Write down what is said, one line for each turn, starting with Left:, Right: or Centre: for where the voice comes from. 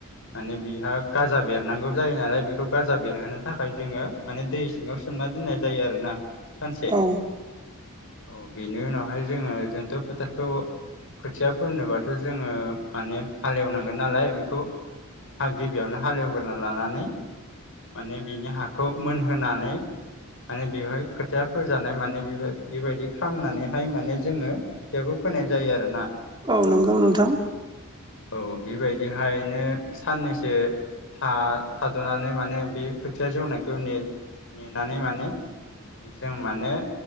Left: माने बिहा गाजा बेरनांगौ। जायो नालाय बेखौ गारजा बेरहोनो थाखाय जोङो माने दै सिङाव सोमना दोननाय जायो आरो ना सानसे
Right: औ
Left: औ बेनि उनावहाय जोङो जोंथ' फोथारखौ खोथिया फोननोबाथ' जोङो माने हालेवनांगोन नालाय बेखौ हा गिबियावनो हालेवग्रोना लानानै माने बिनि हाखौ मोनहोनानै माने बेवहाय खोथिया फोजानाय माने बे बेबायदि खालामनानैहाय माने जोङो खोथियाखौ फैनाय जायो आरोना
Right: औ नंगौ नोंथां।
Left: औ बेबायदिहायनो साननैसो था थाद'नानै माने बे खोथिया जौनायखौ ने नेनानै माने जों माने